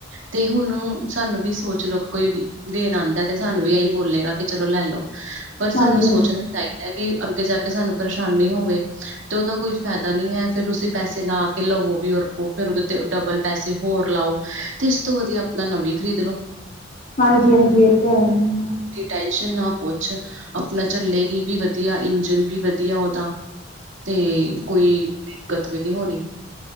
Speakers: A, on the right; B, on the left.
A: ਤੇ ਹੁਣ ਸਾਨੂੰ ਵੀ ਸੋਚ ਲਓ ਕੋਈ ਦੇਨ ਆਂਦਾ ਤੇ ਸਾਨੂੰ ਵੀ ਇਹੀ ਬੋਲੇਗਾ ਕਿ ਚਲੋ ਲੈ ਲੋ ਪਰ
B: ਹਾਂਜੀ
A: ਸਾਨੂੰ ਸੋਚਣਾ ਚਾਹੀਦਾ ਕਿ ਅੱਗੇ ਜਾ ਕੇ ਸਾਨੂੰ ਪਰੇਸ਼ਾਨੀ ਹੋਵੇ ਤੇ ਉਹਦਾ ਕੋਈ ਫਾਇਦਾ ਨੀ ਹੈ ਫਿਰ ਤੁਸੀਂ ਪੈਸੇ ਲਾ ਕੇ ਲਵੋ ਵੀ ਔਰ ਕੋੋ, ਫੇਰ ਉਹਦੇ ਤੇ ਡਬਲ ਪੈਸੇ ਹੋਰ ਲਾਓ, ਤੇ ਇਸ ਤੋਂ ਵਧੀਆ ਆਪਣਾ ਨਵੀਂ ਖਰੀਦ ਲਓ
B: ਹਾਂਜੀ- ਹਾਂਜੀ ਇਹ ਤੇ ਹੈ ਹੈ
A: ਆਪਣੀ ਟੈਸ਼ਨ ਨਾ ਪੁਛ, ਆਪਣਾ ਚੱਲੇਗੀ ਵੀ ਵਧੀਆ, ਇੰਜਨ ਵੀ ਵਧੀਆ ਉਹਦਾ ਤੇ ਕੋਈ ਦਿੱਕਤ ਵੀ ਨੀ ਹੋਣੀ